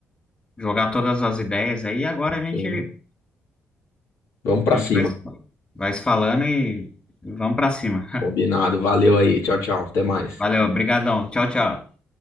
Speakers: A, on the left; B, on the left.
A: jogar todas as ideias aí, agora a gente
B: Sim. Vamos para
A: A gente
B: cima.
A: vai, se- vai se falando e vamos pra cima. <laughs>
B: Combinado, valeu aí, tchau, tchau, até mais.
A: Valeu, obrigadão. Tchau, tchau.